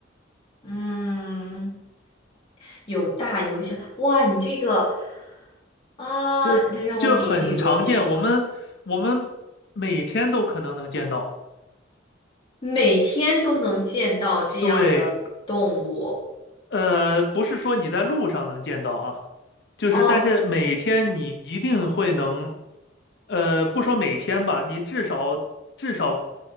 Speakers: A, on the left; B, on the left.
A: 嗯，有大有小，哇，你这个啊，
B: 这就很常见，
A: 得让我理一理逻辑。
B: 我们我们每天都可能能见到，
A: 每天都能见到这样的动物
B: 对，呃，不是说你在路上能见到啊，就是但是每天你一定会能，
A: 哦，
B: 呃，不说每天吧，你至少至少，